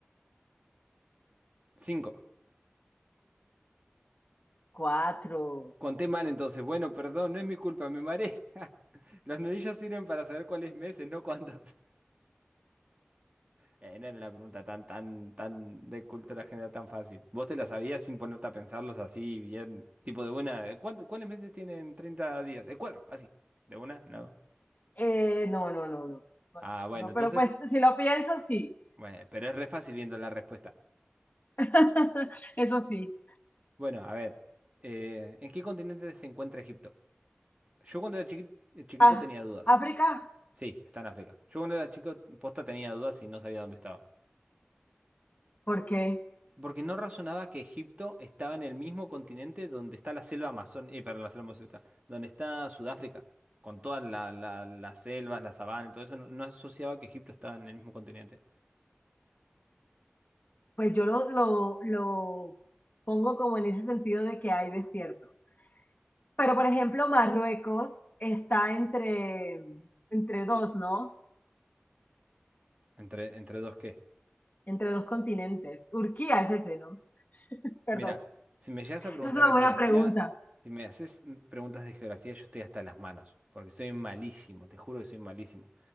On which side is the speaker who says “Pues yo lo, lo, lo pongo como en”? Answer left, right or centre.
Left